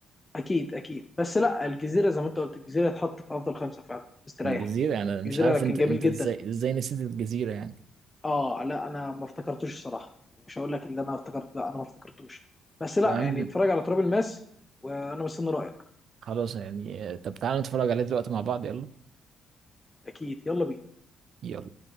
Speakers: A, on the left; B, on the right.
A: اكيد اكيد بس لا الجزيره زي ما انت قلت الجزيره هتحط في افضل خمسه فعلا مستريح
B: الجزيره يعني أنا مش
A: الجزيره
B: عارف
A: كان
B: انت
A: جميل
B: انت
A: جدا
B: ازاي ازاي نسيت الجزيره يعني
A: اه لا انا ما افتكرتوش الصراحه مش هقول لك اللي انا افتكرت لا انا ما افتكرتوش بس لا
B: يا عم
A: يعني اتفرج على تراب الماس وانا مستني رايك
B: خلاص يعني آه، طب تعالى نتفرج عليه دلوقتي مع بعض يلا
A: اكيد يلا بينا
B: يلا